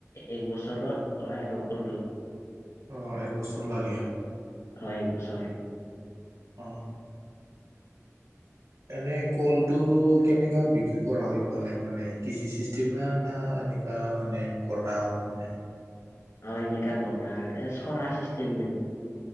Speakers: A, on the left; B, on the right.
A: এক বছৰত ওলাই আৰু কলটো।
B: অ, এক বছৰ লাগে।
A: হয় একবছৰ।
B: অঁ এনে কলটো কেনেকা বিক্ৰী কৰা হয়? এইফালে মানে কে জি চিষ্টেম না না এনে, তা মানে গটা মানে।
A: অঁ, এনেকা গোটা এ চৰা চিষ্টেম যে।